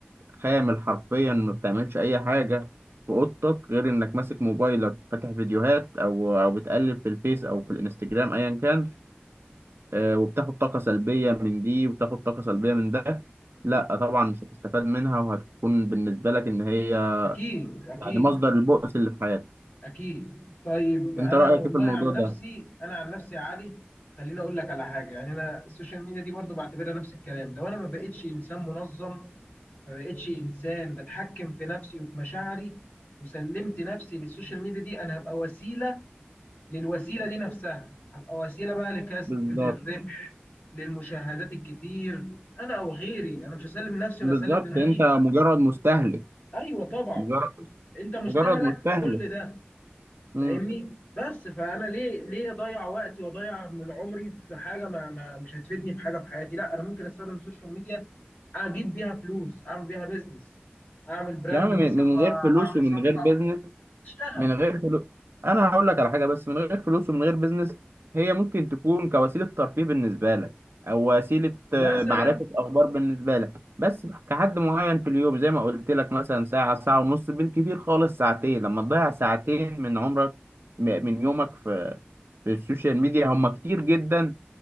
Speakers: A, on the right (about 70°); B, on the left (about 40°).
A: خامل حرفيا ما بتعملش اي حاجه في اوضتك غير انك ماسك موبايلك فاتح فيديوهات او او بتقلب في الفيس او في الانستجرام ايا كان آه، وبتاخد طاقه سلبيه من دي وبتاخد طاقه سلبيه من ده لا طبعا مش هتستفاد منها وهتكون بالنسبه لك ان هي
B: اكيد اكيد
A: يعني مصدر البؤس اللي في حياتك
B: اكيد طيب انا
A: انت رايك
B: والله
A: ايه في الموضوع
B: عن
A: ده
B: نفسي انا عن نفسي يا علي خليني اقول لك على حاجه يعني انا السوشيال ميديا دي برضو بعتبرها نفس الكلام لو انا ما بقتش انسان منظم ما بقتش انسان بتحكم في نفسي وفي مشاعري وسلمت نفسي للسوشيال ميديا دي انا هبقى وسيله للوسيله دي نفسها هبقى وسيله بقى لكسب
A: بالظبط
B: للربح للمشاهدات الكتير انا او غيري انا مش هسلم نفسي
A: بالظبط
B: ولا اسلم دماغي
A: انت مجرد مستهلك
B: ايوه طبعا
A: مجرد
B: انت مستهلك
A: مجرد مستهلك
B: في كل ده
A: مم.
B: فاهمني بس فانا ليه ليه اضيع وقتي واضيع من عمري في حاجه ما, ما مش هتفيدني في حاجه في حياتي لا انا ممكن استخدم السوشيال ميديا اجيب بيها فلوس اعمل بيها بيزنس اعمل براند
A: يعني من
B: مثلا
A: من
B: وأ-
A: غير فلوس
B: واعمل
A: ومن
B: صفحه
A: غير بيزنس
B: اشتغل
A: من غير فلوس انا هقول لك على حاجه بس من غير فلوس ومن غير بيزنس هي ممكن تكون كوسيله ترفيه بالنسبه لك او وسيله
B: مثلا
A: آه، معرفه اخبار بالنسبه لك بس كحد معين في اليوم زي ما قلت لك مثلا ساعه ساعه ونص بالكثير خالص ساعتين لما تضيع ساعتين من عمرك م- من يومك في في السوشيال ميديا هم كتير جدا